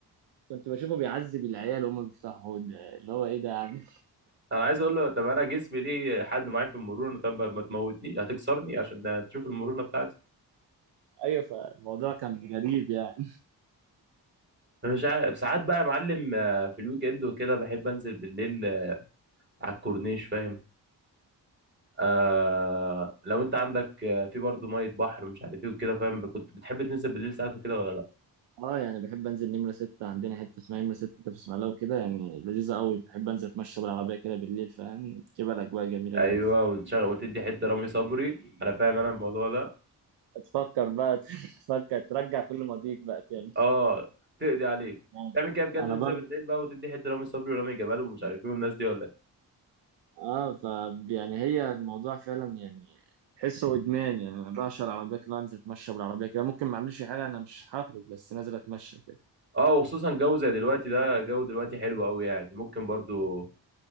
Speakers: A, on the right (about 75°); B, on the right (about 25°).
A: كنت بشوفه بيعذب العيال وهم بيفتحوا حوض اللي هو ايه ده يا عم
B: انا عايز اقول له طب انا جسمي ليه حد معايا في المرونه طب ما ما تموتني هتكسرني عشان تشوف المرونه بتاعتي
A: <laughs> ايوه فالموضوع كان غريب يعني
B: أنا مش عارف ساعات بقى يا معلم آه، في الويك اند وكده بحب انزل بالليل آه، على الكورنيش فاهم آه لو انت عندك آه، في برضه ميه بحر ومش عارف ايه وكده فاهم كنت بتحب تنزل بالليل ساعات وكده ولا لا
A: اه يعني بحب انزل نمره ستة عندنا حته اسمها نمره ستة في اسماعيليه وكده يعني لذيذه قوي بحب انزل اتمشى بالعربيه كده بالليل فاهم تبقى الاجواء جميله
B: ايوه
A: جدا
B: وتشغل وتدي حته رامي صبري انا فاهم انا الموضوع ده
A: تفكر بقى <laughs> تفكر ترجع كل ماضيك بقى تاني
B: اه تقضي عليك
A: آه.
B: تعمل كده بجد
A: انا
B: تنزل
A: برضه
B: بالليل بقى وتدي حته رامي صبري ورامي جمال ومش عارف ايه والناس دي ولا ايه
A: اه ف يعني هي الموضوع فعلا يعني تحسه ادمان يعني انا بعشق العربيات اللي أنا انزل اتمشى بالعربيه كده ممكن ما اعملش حاجه انا مش هخرج بس نازل اتمشى كده
B: اه وخصوصا جو زي دلوقتي ده جو دلوقتي حلو قوي يعني ممكن برضه